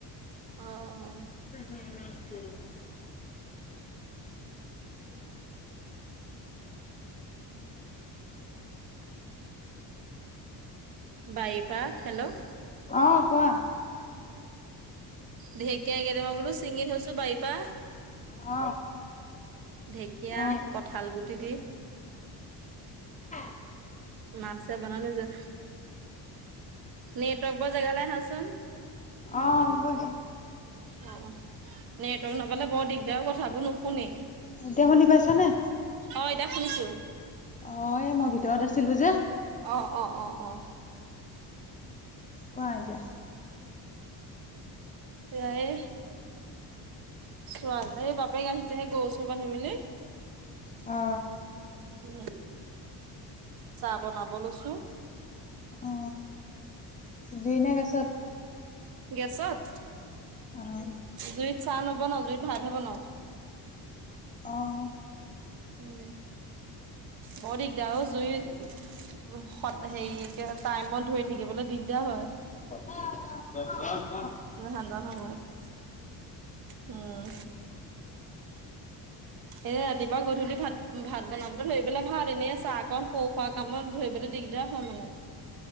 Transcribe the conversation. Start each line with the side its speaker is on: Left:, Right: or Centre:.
Right: অ অ
Left: <unintelligible>
Right: বাৰিপা হেল্ল হেল্ল
Left: অ কোৱা
Right: ঢেকীয়া কেইটামান বোলো চিঙি থৈছো বাৰিপা
Left: অ
Right: ঢেকীয়া
Left: অ
Right: কঁঠাল গুটি দি
Left: <unintelligible>
Right: মাছে বনালে যে নেটৱৰ্ক পোৱা জেগাল আহাচোন।
Left: অ', গৈছো
Right: অ, অ নেটৱৰ্ক না পালে বৰ দিগদাৰ অ কথাবোৰ নুশুনে
Left: এতিয়া শুনি পাইছ নে?
Right: অ এতিয়া শুনিছো।
Left: অ এই মই ভিতৰত আছিলো যে
Right: অ অ অ অ <unintelligible>
Left: কোৱা এতিয়া
Right: এয়াই চোৱা এই বাপেক আহিছেহে গৰু চৰু বান্ধি মেলি
Left: অ
Right: উ চাহ বনাব লৈছো।
Left: অ জুই নে গেছত?
Right: গেছত
Left: অ',
Right: জুইত চাহ নবনাও জুইত ভাতহে বনাওঁ।
Left: অ অ
Right: উম বৰ দিগদাৰ অ জুইত সত হেৰিকে টাইমত ধৰি থাকিবলে দিগদাৰ হয়।
Left: <unintelligible>
Right: <unintelligible> উম এ ৰাতিপুৱা গধূলি ভাত ভাত বনাবলৈ ধৰিবলে ভাল এনেই চাহ কণ সৰু সুৰাকে কামত ধৰিবলৈ দিগদাৰ হয় মানে।